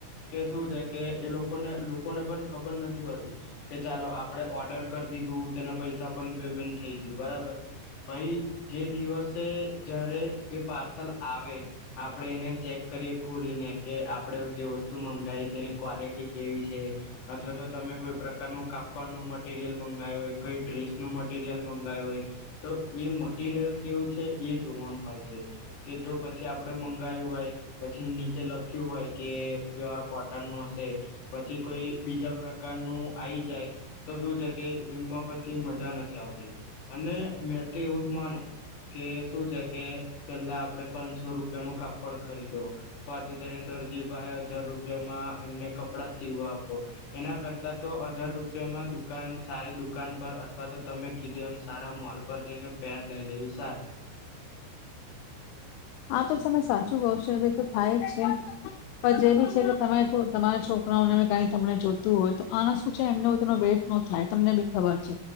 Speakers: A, on the left; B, on the left.
A: કે શું છે કે એ લોકોને લોકોને પણ ખબર નથી હોતી કે ચાલો આપણે ઓર્ડર કરી દીધું તેના પૈસા પણ પેમેન્ટ થઈ ગયું બરાબર ભાઈ જે દિવસે જારે એ પ લ આવે આપણે એને ચેક કરીએ ખોલીને કે આપણે જે વસ્તુ મંગાવી તેની ક્વોલિટી કેવી છે અથવા તો તમે કોઈ પ્રકારનું કાપડનુંું મટીરિયલ મંગાવું હોય કઈ ડ્રેસનું મટીિરિયલ મંગાયું હોય તો એ મટીરિયલ કેવું છે એ જોવાનું હોય છે કે જો પછી આપણે મંગાયું હોય પછી નીચે લખ્યું હોય કે પ્યોર કોટનનું હશે પછી કોઈ બીજા પ્રકારનું આવી જાય તો શું છે કે એમાં પછી મજા નથી આવતી અને મેં તો એવું જ માનું કે શું છે કે પેલા આપડે પાંચસો રૂપિયા નું કાપડ ખરીદો પાછુ તેને દરજી પહે હજાર રૂપિયામાં એમને કપડા સીવા આપો એના કરતા તો હજાર રૂપિયામાં દુકાન સારી દુ દુકાન પર અથવા તો તમે કીધે સારા મોલ પર જઈને પેર લઈ લેવી સારી
B: આ તો તમે સાચું કહ છો એ ભ તો થાય જ છે પણ જે બી છે કે તમે જો તમારા છોકરાઓને ક તમને જોતું હોય તો આના શું છે એમને વેટ નો થાય તમને બી ખબર છે